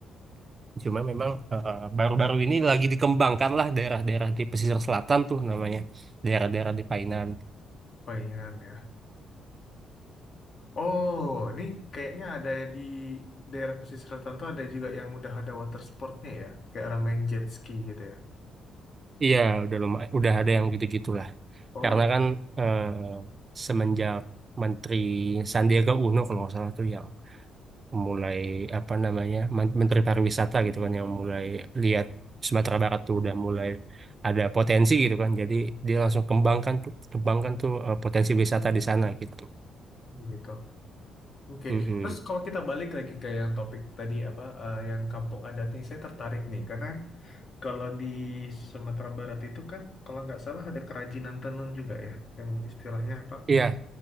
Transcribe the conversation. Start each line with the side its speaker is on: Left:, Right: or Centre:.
Right: cuman memang eh, baru-baru ini lagi dikembangkan lah daerah-daerah di pesisir selatan tuh namanya, daerah-daerah di Painan.
Left: Paingan ya. Oh, ini kayaknya ada ya di daerah pesisir selatan ada juga yang udah ada water sportnya ya. Kayak orang main jet ski gitu ya.
Right: Iya, udah lumayan, udah ada yang gitu-gitulah.
Left: Oh,
Right: Karena
Left: udah.
Right: kan
Left: Ya,
Right: eh, semenjak Menteri Sandiaga Uno kalau nggak salah tuh yang mulai apa namanya Men- Menteri Pariwisata gitu kan yang mulai lihat Sumatera Barat tuh udah mulai ada potensi gitu kan. Jadi dia langsung kembangkan tuh, kembangkan tuh eh, potensi wisata di sana gitu.
Left: gitu. Oke,
Right: Mm-mm.
Left: terus kalau kita balik lagi ke yang topik tadi apa eh, yang kampung adat ini saya tertarik nih karena kalau di Sumatera Barat itu kan kalau nggak salah ada kerajinan tenun juga ya yang istilahnya apa
Right: Iya,